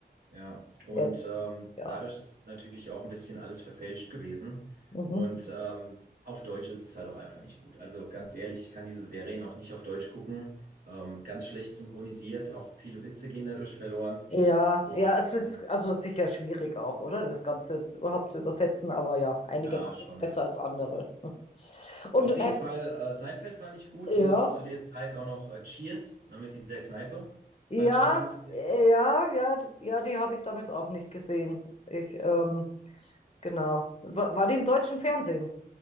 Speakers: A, on the right; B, on the left.
A: Ja, und
B: Ja, das,
A: ähm,
B: ja.
A: dadurch ist natürlich auch ein bisschen alles verfälscht gewesen.
B: Mhm.
A: Und ähm, auf Deutsch ist es halt auch einfach nicht gut. Also ganz ehrlich, ich kann diese Serien auch nicht auf Deutsch gucken. Ähm, ganz schlecht synchronisiert, auch viele Witze gehen dadurch verloren.
B: Ja,
A: Und
B: ja, es ist
A: ähm,
B: also sicher schwierig auch, oder? Das Ganze jetzt überhaupt zu übersetzen, aber ja, einige
A: ja,
B: machen
A: schon.
B: es besser
A: Ja.
B: als andere. <laughs> Und
A: Auf jeden
B: hätt-
A: Fall, äh, Seinfeld fand ich gut
B: ja,
A: und zu der Zeit auch noch äh, Cheers, ne, mit dieser Kneipe.
B: ja,
A: Fand ich auch eine gute Serie.
B: ja, ja, d- ja, die habe ich damals auch nicht gesehen. Ich, ähm, genau. War, war die im deutschen Fernsehen?